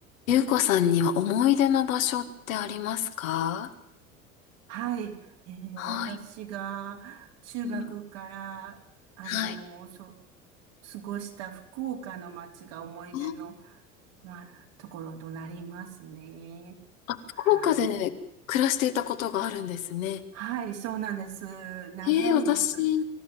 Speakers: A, on the left (about 70°); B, on the right (about 65°).
A: ゆうこさんには思い出の場所ってありますか
B: はい。えー私が中学から、
A: はい。うん
B: あのーそう、
A: はい。
B: 過ごした福岡の街が思い出の、
A: あ、
B: まあ、ところとなりますね。
A: あ福岡で暮らしていたことがあるんですね。
B: はい。はい、そうなんです。長いです。
A: ええ、私、